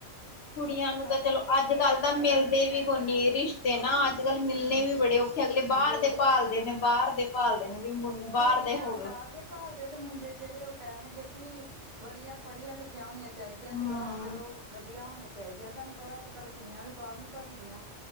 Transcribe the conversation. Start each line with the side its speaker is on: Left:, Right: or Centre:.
Left: ਕੁੜੀਆਂ ਨੂੰ
Right: ਪਰ
Left: ਤਾਂ
Right: ਇਹ
Left: ਚਲੋ
Right: ਕਿ ਇੱਕ
Left: ਅੱਜ
Right: ਵਾਰੀ
Left: ਕੱਲ
Right: ਆਪਣੇ
Left: ਤਾਂ ਮਿਲਦੇ
Right: ਪੈਰਾਂ ਤੇ ਸਟੈਂਡ
Left: ਵੀ ਕੋਨੀ
Right: ਹੋ ਜਾਣ
Left: ਰਿਸ਼ਤੇ ਨਾ, ਅੱਜ ਕੱਲ ਮਿਲਣੇ
Right: ਹਮ
Left: ਵੀ ਬੜੇ ਔਖ ਅਗਲੇ ਬਾਰ
Right: ਦੇਦੇ
Left: ਦੇ ਭਾਲਦੇ
Right: ਆ
Left: ਨੇ, ਬਾਰ ਦੇ ਭਾਲਦੇ ਨੇ। ਵੀ ਮੁੰ ਬਾਹਰ
Right: ਕੁੜੀਆਂ
Left: ਦੇ ਹੋਵੇ
Right: ਬਾਰ ਦੇ ਭਾਲਦੇ ਤੇ ਮੁੰਡੇ ਜਿਹੜੇ ਉਹ ਕਹਿਣਗੇ ਬਈ ਬੜੀਆਂ ਪੜ੍ਹੀਆਂ ਲਿਖੀਆਂ ਹੋਣੀਆਂ ਚਾਹੀਦੀਆਂ,
Left: ਹੂੰ
Right: ਥੋੜਾ ਚਲੋ ਵਧੀਆ ਹੋਣੀਆਂ ਚਾਹੀਦੀਆਂ। ਤੁਹਾਨੂੰ ਪਤਾ ਅੱਜ ਕੱਲ ਕੁੜੀਆਂ ਵੀ ਬਾਹਰ ਨੂੰ ਭੱਜਦੀਆਂ।